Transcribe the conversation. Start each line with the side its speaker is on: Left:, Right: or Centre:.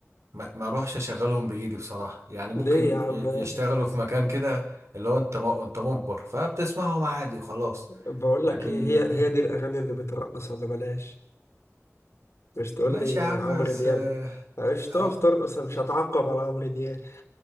Right: ما ما اروحش اشغلهم بايدي بصراحه يعني ممكن
Left: ليه يا عم
Right: ي- يشتغلوا في مكان كده اللي هو انت م- انت مجبر فبتسمعهم عادي وخلاص
Left: بقول
Right: لكن
Left: لك ايه هي
Right: آه،
Left: هي دي الاغاني اللي بترقص ولا بلاش مش تقول
Right: ماشي
Left: لي
Right: يا عم
Left: عمرو
Right: بس
Left: دياب
Right: آه،
Left: مش تقف
Right: أو
Left: ترقص أنا مش هتعقب على عمرو دياب